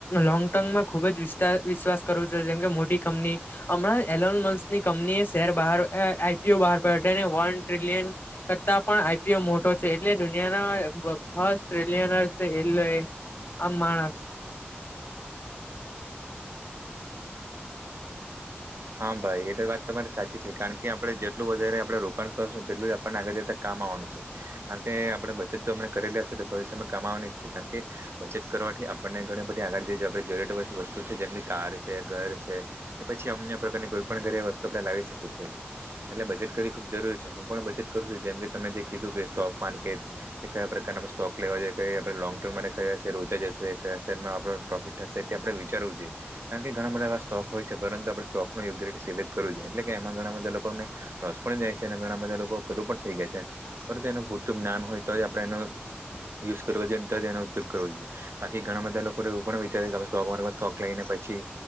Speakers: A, on the left; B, on the right.
A: લોંગ ટર્મમાં ખુબ વિસ્તા વિશ્વાસ કરુ છુ જેમકે મોટી કંપની હ એલોનમસની કંપની એ શેર બહાર આઈ. પી. ઓ બહાર પડ્યો અને વન ટ્રિલિયન કરતા પણ આઈ. પી. ઓ મોટો છે એટલે દુનિયાના ફર્સ્ટ ટ્રેલિયનએર છે એટલે એ આમાણસ
B: હા ભાઈ એ તો વાત તમારી સાચી છે કારણ કે આપડણે જેટલું વધારે આપડણે રોકાણ કરશું તેટલું જ આપણને આગળ જતા કામ માં આવાનું છે કારણ કે આપણે બચત તો હમણાં કરેલી હશે તે ભવિષ્યમાં કમાવાની છે કારણ કે બચત કરવ કે આપણને ઘણી બધી આગળ જઈ આપ જરુર વસ્તુ છે જેમ કે કાર છે ઘર છે કે પછી અમને કોઈ પણ ઘરે વસ્તુ આપણે લાવી શકીએ છીએ. એટલે બચત કર ખુબ જરૂરી છે હું પણ બચત કરું છું જેમ કે તમે જે કીધું કે સ્ટોક માર્કેટ કયા પ્રકાર સ્ટોક લેવાઈએ કઈ આપણે લોંગ ટર્મ માટે કયા હશે રોચા જશે કયા હશે એમાં આપણું પ્રોફિટ થશે એ આપણે વિચારું કારણ કે ઘણા બધા એવા સ્ટોક હોય છે પરંતુ આપ સ્ટોક યોગ્ય રીતે સિલેક્ટ કરવુ જોએ એટલે કે એમાં ઘણા બધા લોકોને લોસ પણ જાય છે અને ઘણા બધા લોકો પેલું પણ થઈ જાય છે. પરંતુ એનુ પૂરતુ જ્ઞાન હોય તો આપણે એનું યુઝ કર જોઈએ અને તોજ એનો ઉપયોગ કરવો જોઈએ બાકી ઘણા બધા લોકોને એવ પણ વિચાર હમે સ્ટોક માર્કેટમાં સ્ટોક લઈને પછી